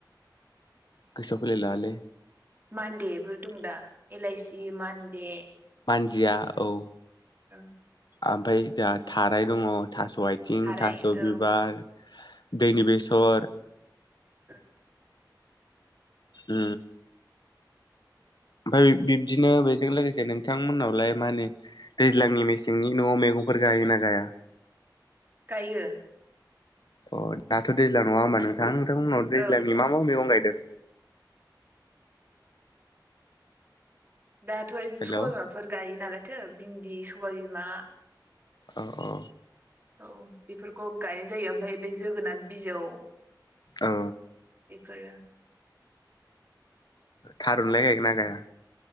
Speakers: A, on the left; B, on the right.
A: गोसोआव फैलाय लाङा लोय।
B: मान्डेफोर दं दा एलइसि मान्डे
A: जिया औ।
B: ओं
A: ओमफ्राय जोंहा थाराय दङ थास' आथिं
B: थाराय
A: थास'
B: औ
A: बिबार दैनि बेसर
B: <unintelligible>
A: उ ओमफ्राय बिब्दिनो बेजों लोगोसे नोंथांमोननावलाय मा होनो दैज्लांनि मेसेंनि न'आव मैगं फोर गायो ना गाया?
B: गायो।
A: अ' दाथ' दैज्लां नङा होमबा नोंथाङा नोंथांमोननाव दैज्लांनि
B: औ औ
A: मा मा मैगं गायदों?
B: दाथ' बिदिनो
A: हेल'
B: सबायमाफोर
A: औ
B: गायो नालायथो भिन्दि सबायबिमा
A: औ औ
B: औ बेफोरखौ गायनाय जायो ओमफ्राय बे जोगोनार बिजौ
A: औ
B: बेफोर।
A: थारुन लाय गोना गाया?